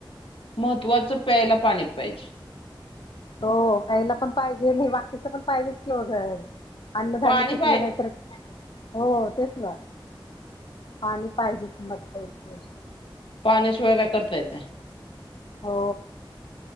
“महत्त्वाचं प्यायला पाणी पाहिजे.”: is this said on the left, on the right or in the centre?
Left